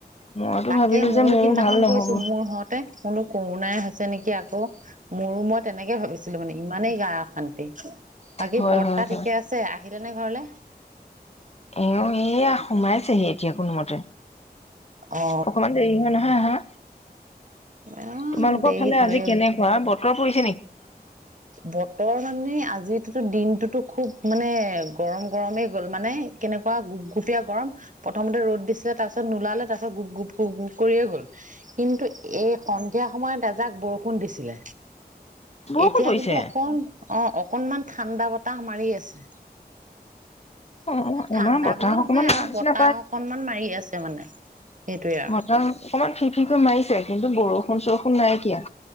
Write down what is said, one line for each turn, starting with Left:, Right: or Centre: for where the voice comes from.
Left: মইতো
Right: তাকে
Left: ভাবিলো
Right: ময়ো
Left: যে মোৰ
Right: সিদিনা
Left: ভাল নহব
Right: কৰিছো মোৰ সতে কৰোণাই হৈছে নেকি আকৌ মোৰমত তেনেকে ভাবিছিলো মানে ইমানেই গা অশান্তি বাকী
Left: হয়
Right: বৰ্তা
Left: হয় হয়
Right: ঠিকে আছে আহিলেনে ঘৰলৈ
Left: এ সিয়া সোমাইছেহি এতিয়া কোনোমতে
Right: অ
Left: অকমান দেৰি হয় নহয় অহা
Right: অ
Left: তোমালোকৰ
Right: দেৰি
Left: ফালে
Right: হয়
Left: আজি কেনেকুৱা বতৰ পৰি
Right: বতৰ মানে আজি দিনটোতো খুব মানে গৰম গৰমেই গ'ল মানে কেনেকুৱা গুপ গুপীয়া গৰম প্ৰথমতে ৰ'দ দিছিলে তাৰ পিছত নোলালে তাৰ পিছত গুপ গুপ গুপ গুপ কৰিয়ে গ'ল কিন্তু এই স সেইয়া সময়ত এজাক বৰষুণ দিছিলে
Left: বৰষুণ
Right: এতিয়া
Left: পৰিছে?
Right: কিন্তু অকন অহ, অক্ অকণমান ঠাণ্ডা বতাহ মাৰি আছে
Left: অ', অ',
Right: ঠাণ্ডা
Left: আমাৰ বতাহ
Right: বুলি
Left: অকমান
Right: নহয়
Left: মাৰা
Right: আৰু
Left: নিচিনা
Right: বতাহ অকনমান মাৰি আছে মানে সেইটোয়ে আৰু
Left: মটৰ অকমান ফি ফি ফ মাৰিছে কিন্তু বৰষুণ চৰষুণ নাইকিয়া